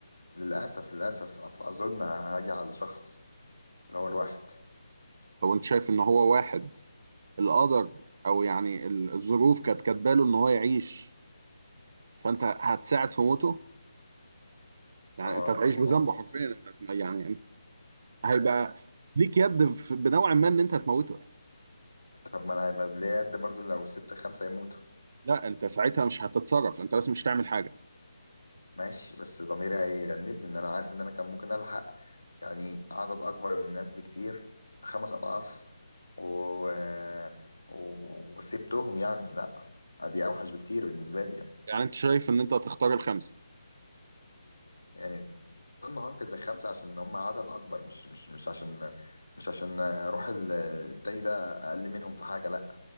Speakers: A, on the left; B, on the right.
A: للاسف للاسف أف- اظن هاجي على الشخص اللي هو الواحد
B: طب انت شايف ان هو واحد القدر او يعني ال- الظروف كانت كاتباله ان هو يعيش فانت هتساعد في موته يعني
A: هو
B: انت هتعيش
A: هو-
B: بذنبه حرفيا انت هت- يعني انت هيبقى ليك يد في- بنوع ما ان انت هتموته يعني
A: طب ما انا هيبقى ليا قد برضه لو سبت خمسة يموتوا
B: لا انت ساعتها مش هتتصرف انت بس مش هتعمل حاجة
A: ماشي بس ضميري هيأنبني ان انا عارف ان انا كان ممكن الحق يعني عدد اكبر من الناس بكتير خمس اضعاف و... و- وسبتهم يعني لا دي اوحش بكتير بالنسبة لي يعني
B: يعني انت شايف ان انت هتختار الخمسة
A: يعني اظن هنقذ الخمسة عشان هم عدد اكبر مش مش مش عشان مش عشان روح ال- التاني ده اقل منهم في حاجة لا